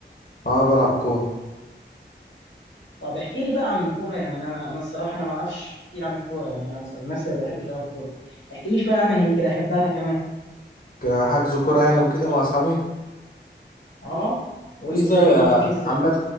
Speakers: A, on the left; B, on the left.
A: أه بلعب كورة
B: طب احكي لي بقى عن الكوره يعني انا انا الصراحه انا ما اعرفش كتير عن الكوره يعني انا عن نفسي ما بحبش العب كوره احكي لي شويه عنها يمكن احبها انا كمان
A: كحجز كورة يعني وكده مع أصحابي
B: اه قول
A: بص
B: لي ازاي
A: آه،
B: الدنيا بتمشي ازاي
A: عامة